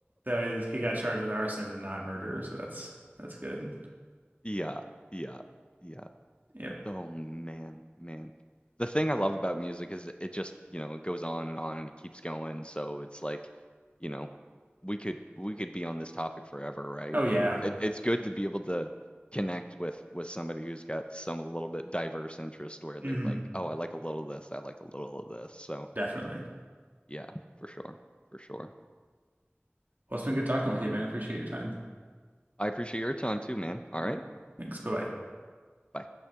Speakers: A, on the right; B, on the left.
A: So his, he got charged with arson and not murder, so that's that's good.
B: yeah, yeah, yeah.
A: Yep.
B: Oh man, man. The thing I love about music is it just, you know, it goes on and on and it keeps going. So it's like, you know, we could we could be on this topic forever, right?
A: Oh yeah.
B: And it, it's good to be able to connect with with somebody who's got some a little bit diverse interest where
A: hmm
B: they're like, oh, I like a little of this, I like a little of this. So
A: Definitely.
B: yeah, for sure, for sure.
A: Well, it's been good talking with you, man. Appreciate your time.
B: I appreciate your time too, man. All
A: Yeah.
B: right,
A: Thanks. Bye bye.
B: bye.